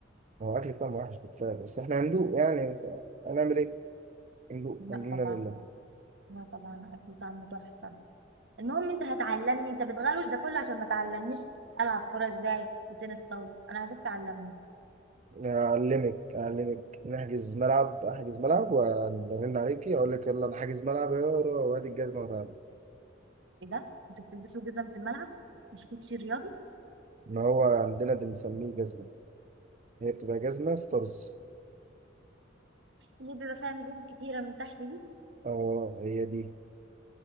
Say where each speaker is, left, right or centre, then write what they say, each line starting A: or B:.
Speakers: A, on the right; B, on the right.
A: هو أكل بتاعهم وحش بالفعل بس إحنا هندوق يعني هنعمل إيه؟ هندوق
B: لا
A: الحمد لله
B: طبعا
A: لله
B: لا طبعا اكل طعمه تحفه المهم انت هتعلمني انت بتغلوش ده كله عشان ما تعلمنيش العب كوره ازاي وتنس طاوله انا عايزاك تعلمني
A: أعلمك أعلمك نحجز ملعب أحجز ملعب وأرن عليكي أقول لك يلا أنا حاجز ملعب يا ورا، وادي الجزمة وتعالى
B: ايه ده انتوا بتلبسوا جزم في الملعب مش كوتشي رياضي
A: إن هو عندنا بنسميه جزمة هي بتبقى جزمة ستارز
B: اللي بيبقى فيها نجوم كتيره من تحت دي
A: أه هي دي